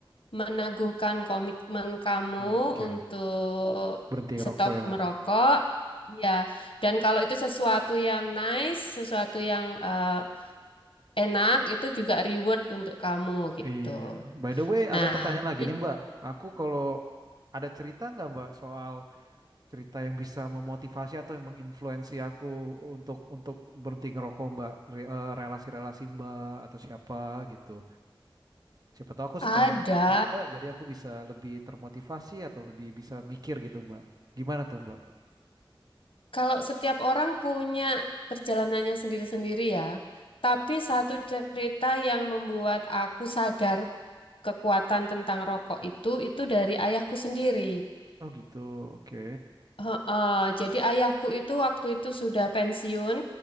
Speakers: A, on the left; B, on the right.
A: meneguhkan komitmen kamu
B: Oke,
A: untuk
B: berhenti rokok
A: stop
B: ya Mbak.
A: merokok. Ya, dan kalau itu sesuatu yang nice, sesuatu yang eh, enak, itu juga reward untuk kamu gitu.
B: Iya. By the way,
A: Nah,
B: ada pertanyaan lagi
A: i-
B: nih Mbak. Aku kalau ada cerita nggak Mbak soal cerita yang bisa memotivasi atau yang menginfluensi aku untuk untuk berhenti ngerokok Mbak, Re- eh, relasi-relasi Mbak atau siapa gitu. Siapa tahu aku
A: ada.
B: setelah dengar cerita jadi aku bisa lebih termotivasi atau lebih bisa mikir gitu, Mbak. Gimana tuh, Mbak?
A: Kalau setiap orang punya perjalanannya sendiri-sendiri ya, tapi satu cerita yang membuat aku sadar kekuatan tentang rokok itu, itu dari ayahku sendiri.
B: Oh gitu, oke.
A: Heeh, jadi ayahku itu waktu itu sudah pensiun,